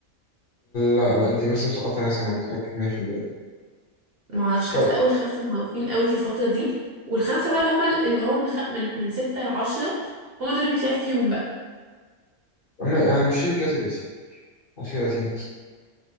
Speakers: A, on the left; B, on the right.
A: لا لا أنت بس مسقطة ناس أنا متأكد 100%
B: ما اعرفش
A: طيب
B: حاسة اول خمسة معروفين قوي في الفترة دي والخمسة بقى اللي هما اللي هو من خ... من من ستة لعشرة هما دول اللي بيتلعب فيهم بقى
A: أما أنا مش شيلي كاسر ياسين كاسر ياسين تسعة